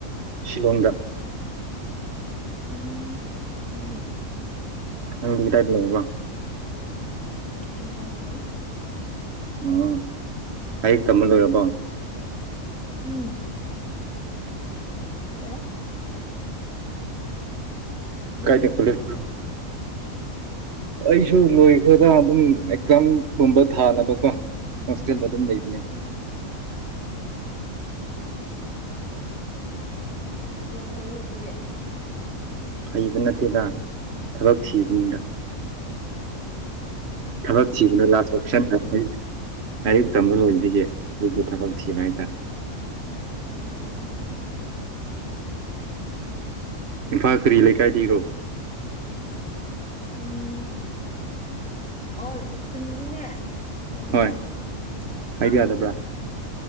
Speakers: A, on the right; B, in the centre.
A: ꯁꯤꯂꯣꯡꯗ꯫
B: ꯎꯝ ꯐꯩꯅꯦ꯫
A: ꯅꯪꯗꯤ ꯀꯗꯥꯏꯗ ꯑꯣꯏꯕꯔꯣ꯫
B: ꯏꯝꯐꯥꯜꯗ ꯂꯩ꯫
A: ꯑꯣ ꯂꯥꯏꯔꯤꯛ ꯇꯝꯕ ꯂꯣꯏꯔꯕꯣ
B: ꯎꯃ ꯂꯣꯏꯔꯦ ꯅꯪꯗꯤ
A: ꯀꯥꯏꯗ
B: ꯀꯩ
A: ꯀꯣꯂꯦꯖ
B: ꯇꯝꯃꯤꯅꯣ
A: ꯑꯩꯁꯨ ꯂꯣꯏꯈ꯭ꯔꯦꯗ ꯑꯗꯨꯝ ꯑꯦꯛꯖꯥꯝ ꯒꯨꯝꯕ ꯊꯥꯅꯕꯀꯣ ꯍꯣꯁꯇꯦꯜꯗ ꯑꯗꯨꯝ ꯂꯩꯕ
B: ꯎꯝ ꯌꯥꯝ ꯐꯩꯌꯦ ꯑꯗꯨꯗꯤ
A: ꯍꯩꯕ ꯅꯠꯇꯦꯗ ꯊꯕꯛ ꯊꯤꯕꯅꯤꯗ ꯊꯕꯛ ꯊꯤꯕꯅ ꯂꯥꯁ
B: ꯑꯁ
A: ꯑꯣꯞꯁꯟꯗ
B: ꯐꯪꯒꯅꯤꯍꯦ
A: ꯂꯩ ꯂꯥꯏꯔꯤꯛ ꯇꯝꯕ ꯂꯣꯏꯕꯒꯤ ꯑꯗꯨꯒꯤ ꯊꯕꯛ ꯊꯤꯕ ꯍꯥꯏꯇꯥꯔꯦ
B: ꯑꯣ
A: ꯏꯝꯐꯥꯜ ꯀꯔꯤ ꯂꯩꯀꯥꯏꯗꯒꯤꯔꯣ
B: ꯎꯝ ꯑꯣ ꯈꯨꯟꯗꯤꯅꯦ ꯀꯩꯅꯣꯗ
A: ꯍꯣꯏ ꯍꯥꯏꯕ
B: ꯑꯥꯗꯅꯦ
A: ꯌꯥꯗꯕ꯭ꯔꯥ